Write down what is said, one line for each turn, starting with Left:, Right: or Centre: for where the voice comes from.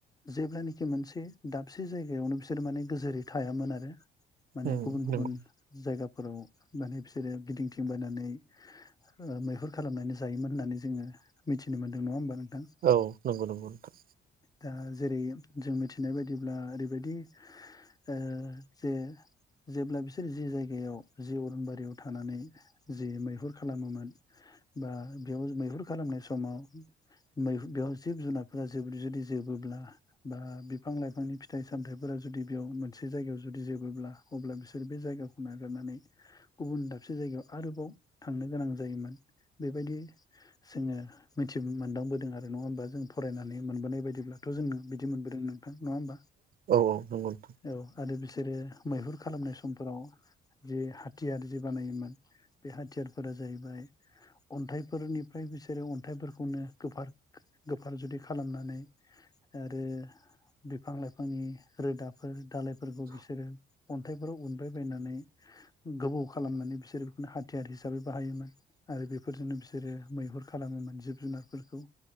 Left: जेब्लानोखि मोनसे दाबसे जायगायावनो बिसोरो माने गोजोरै थायामोन आरो माने
Right: उम
Left: गुबुन गुबुन
Right: नंगौ
Left: जायगाफोराव माने बिसोरो गिदिंथिंबायनानै मैहुर खालामनानै जायोमोन होननानै जोङो मिथिनो मोनदों नङा होमबा नों थां
Right: औ नंगौ नंगौ नोंथां
Left: दा जेरै जों मिथिनाय बायदिब्ला ओरैबायदि ओ जे जेब्ला बिसोर जि जायगायाव जि अरनबारियाव थानानै जि मै मैहुर खालामोमोन बा बेयाव मैहुर खालामनाय समाव मैहु-बेयाव जिब जुनारफोरा जोब जुदि जोबोब्ला बा बिफां लाइफांनि फिथाइ सामथाइफोरा जुदि बेयाव मोनसे जायगायाव जुदि जोबोब्ला अब्ला बिसोर बे जायगाखौ नागारनानै गुबुन दाबसे जायगायाव आरोबाव थांनो गोनां जायोमोन बेबायदि जोङो मिथि मोनदांबोदों आरो नङा होमबा जों फरायनानै मोनबोनाय बायदिब्लाथ' जोंनो बिदि मोनबोदों नोंथां नङा होमबा
Right: औ औ नंगौ नोंथां
Left: औ आरो बिसोरो मैहुर खालामनाय समफोराव जे हाथियार जि बानायोमोन बे हाथियारफोरा जाहैबाय अन्थाइफोरनिफ्राय बिसोरो अन्थाइफोरखौनो गोफार गोफार जुदि खालामनानै आरो बिफां लाइफांनि रोदाफोर दालायफोरखौ बिसोरो अन्थाइफोराव उनबायबायनानै गोबौ खालामनानै बिसोर बेखौनो हाथ हाथियार हिसाबै बाहायोमोन आरो बेफोरजोंनो बिसोरो मैहुर खालामोमोन जिब जुनारफोरखौ